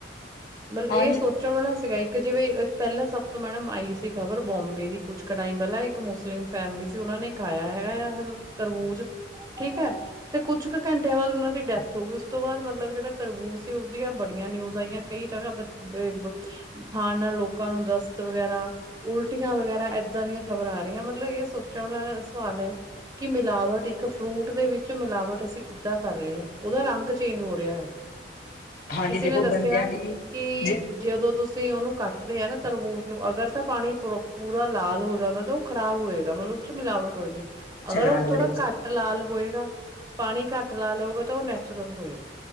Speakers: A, on the right; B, on the left.
A: ਪਰ ਇਹ
B: ਹਾਂਜੀ
A: ਸੋਚੋ ਵਾਲਾ ਸੀਗਾ ਇੱਕ ਜਿਵੇਂ ਪਹਿਲਾਂ ਸਭ ਤੋਂ ਮੈਡਮ ਆਈ ਸੀ ਖ਼ਬਰ ਬੋੰਬੇ ਦੀ ਕੁਛ ਕਾਮਈ ਵਾਲਾ ਇੱਕ ਮੁਸਲਿਮ ਫੈਮਿਲੀ ਸੀ ਉਹਨਾ ਨੇ ਖਾਇਆ ਹੈਗਾ ਆ ਤਰਬੂਜ ਠੀਕ ਹੈ ਤੇ ਕੁਛ ਕੁ ਘੰਟਿਆਂ ਬਾਅਦ ਉਹਨਾਂ ਦੀ ਡੈਥ ਹੋ ਗਈ ਉਸ ਤੋਂ ਬਾਅਦ ਮਤਲਬ ਜਿਹੜਾ ਤਰਬੂਜ ਸੀ ਉਸਦੀਆਂ ਬੜੀਆਂ ਨਿਊਜ਼ ਆਈਆਂ ਕਈ ਜਗ੍ਹਾ ਬ ਖਾਣ ਨਾਲ ਲੋਕਾਂ ਨੂੰ ਦਸਤ ਵਗੈਰਾ ਉਲਟੀਆਂ ਵਗੈਰਾ ਇੱਦਾਂ ਦੀਆਂ ਖ਼ਬਰਾਂ ਆ ਰਹੀਆਂ ਮਤਲਬ ਇਹ ਸੋਚਣ ਵਾਲਾ ਸਵਾਲ ਹੈ ਕਿ ਮਿਲਾਵਟ ਇੱਕ ਫਰੂਟ ਦੇ ਵਿੱਚ ਮਿਲਾਵਟ ਅਸੀਂ ਕਿੱਦਾਂ ਕਰ ਰਹੇ ਹਾਂ ਉਹਦਾ ਰੰਗ ਚੇਂਜ ਹੋ ਰਿਹਾ ਹੈ
B: ਹਾਂਜੀ
A: ਕਿਸੇ
B: ਦੇਖੋ
A: ਨੇ ਦੱਸਿਆ
B: ਬੰਦਿਆਂ ਦੀ
A: ਕਿ
B: ਜੇ
A: ਜਦੋਂ ਤੁਸੀਂ ਉਹਨੂੰ ਕੱਟਦੇ ਆ ਨਾ ਤਰਬੂਜ਼ ਨੂੰ ਅਗਰ ਤਾਂ ਪਾਣੀ ਪ ਪੂਰਾ ਲਾਲ ਹੋ ਜਾਂਦਾ ਤਾਂ ਉਹ ਖ਼ਰਾਬ ਹੋਏਗਾ ਮਤਲਬ ਉਸ ਚ ਮਿਲਾਵਟ ਹੋਏਗੀ
B: ਅੱਛਾ
A: ਅਗਰ
B: ਲਾਲ
A: ਉਹ ਥੋੜ੍ਹਾ
B: ਵਾਲੇ
A: ਘੱਟ ਲਾਲ ਹੋਏਗਾ ਪਾਣੀ ਘੱਟ ਲਾਲ ਹੋਗਾ ਤਾਂ ਉਹ ਨੈਚੁਰਲ ਹੋਏਗਾ।